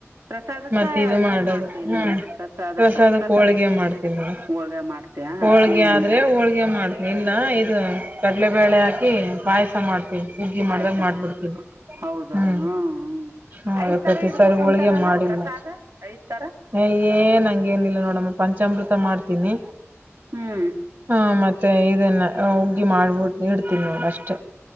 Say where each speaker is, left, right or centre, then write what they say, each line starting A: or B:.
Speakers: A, on the right; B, on the right.
A: ಪ್ರಸಾದಕ್ಕೆ
B: ಮತ್ತ ಇದು ಮಾಡದು
A: ಏನು ಮಾಡ್ತೀಯ
B: ಹ್ಮ್
A: ನೀನು ಪ್ರಸಾದಕ್ಕೆ
B: ಪ್ರಸದಕ್
A: ಪ್ರಸಾದ
B: ಹೋಳ್ಿಗೆ ಮಾಡ್ತೀನಿ
A: ಹೋಳ್ಗೆ ಮಾಡ್ತೀಯಾ
B: ಹೋಳ್ಗೆ
A: ಹ್ಞೂ
B: ಆದ್ರೆ ಹೋಳ್ಗೆ ಮಾಡ ನಿನ್ನ ಇದು ಕಡಲೆಬೇಳೆ ಹಾಕಿ ಪಾಯಸ ಮಾಡ್ತೀವಿ ಹುಗ್ಗಿ
A: ಪಾಯಸ
B: ಮಾಡ್ದಾಗ ಮಾಡ್ಬಿಡ್ತೀವಿ
A: ಹೌದವಳು
B: ಹ್ಮ್
A: ಹ್ಞೂ ಹ್ಞೂ
B: ಹ್ಮ
A: ಐದು
B: ಪ್ರತಿ
A: ಥರ ಇಡ್ಬೇಕಂತಾರಲ್ಲ
B: ಸಾರಿ ಹೋಳ್ಗೆ ಮಾಡಿಲ್ಲ
A: ಪ್ರಸಾದ ಐದು ಥರ
B: ಹ ಏನ್ ಹಂಗೇನಿಲ್ಲ ನೋಡಮ್ಮ ಪಂಚಾಮೃತ ಮಾಡ್ತೀನಿ
A: ಹ್ಮ್
B: ಹಾ ಮತ್ತೆ ಇದನ್ನ ಉಗ್ಗಿ ಮಾಡ್ಬಿಡ್ ಇಡ್ತೀನಿ ನೋ ಅಷ್ಟೇ